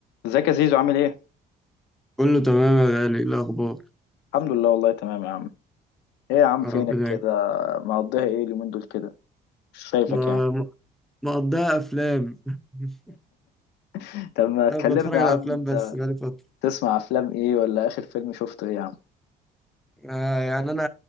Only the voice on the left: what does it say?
ازيك يا زيزو عامل ايه؟
الحمد لله والله تمام يا عم ايه يا عم
فينك
كده مقضيها ايه اليومين دول كده مش شايفك
يعني
<laughs> طب ما تكلمنا
يا عم
انت
تسمع افلام ايه ولا اخر فيلم شفته ايه يا عم